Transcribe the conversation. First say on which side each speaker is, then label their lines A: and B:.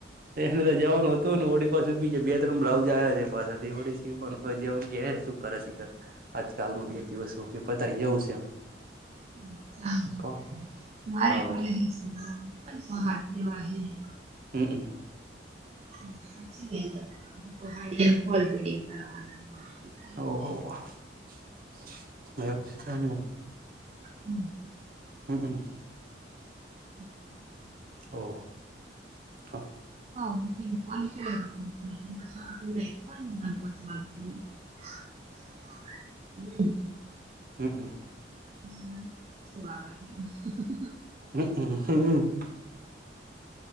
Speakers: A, on the right; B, on the right.
A: એ જવાનુ હતુ, ને ઓળડી પાસે બી બે બ્લાઉજ આવ્યા છે, પાછાથી વળી શી પણ હોય, જેવમ કે શું કરે શિખર આજકાલમા બે દિવસનું કે પતાયને જવું છે.
B: મારે
A: કોણ
B: પડે
A: હવ
B: હાઓ, હ
A: હમ્મ, અમ
B: <unintelligible>
A: ઓ
B: ને હવ એને હમ્મ
A: હમ્મ, હમ્મ
B: હમ્મ
A: ઓ, હ.
B: હા, <inaudible> હ ના, <unintelligible>
A: હમ્મ, અમ
B: હમ્મ
A: હમ્મ, હ